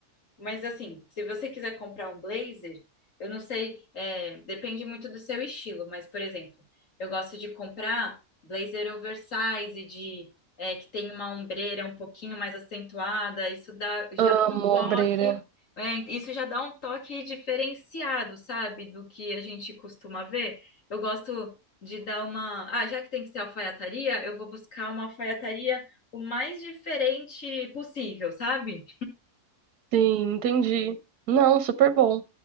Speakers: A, on the left; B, on the right.
A: Mas assim, se você quiser comprar um blazer, eu não sei, é, depende muito do seu estilo, mas, por exemplo, eu gosto de comprar blazer oversize, de, é, que tem uma ombreira um pouquinho mais acentuada, isso dá já
B: Amo
A: um toque,
B: ombreira.
A: é, isso já dá um toque diferenciado, sabe, do que a gente costuma ver. Eu gosto de dar uma. Ah, já que tem que ser alfaiataria, eu vou buscar uma alfaiataria o mais diferente possível, sabe?
B: Sim, entendi. Não, super bom.